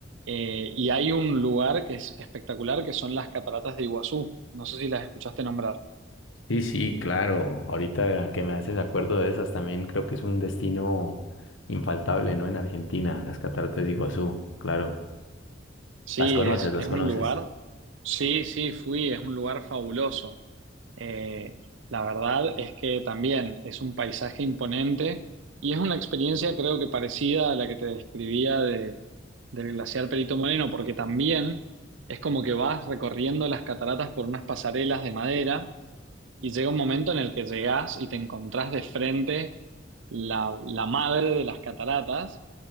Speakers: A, on the right; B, on the left.
A: eh, y hay un lugar que es espectacular, que son las cataratas de Iguazú. No sé si las escuchaste nombrar.
B: Sí, sí, claro. Ahorita que me haces acuerdo de esas, también creo que es un destino infaltable, ¿no? En Argentina, las cataratas de Iguazú, claro.
A: Sí,
B: Las conoces,
A: es,
B: las
A: es un
B: conoces.
A: lugar, sí, sí, fui, es un lugar fabuloso. Eh, la verdad es que también es un paisaje imponente y es una experiencia creo que parecida a la que te describía de, del glaciar Perito Moreno, porque también es como que vas recorriendo las cataratas por unas pasarelas de madera y llega un momento en el que llegás y te encontrás de frente la, la madre de las cataratas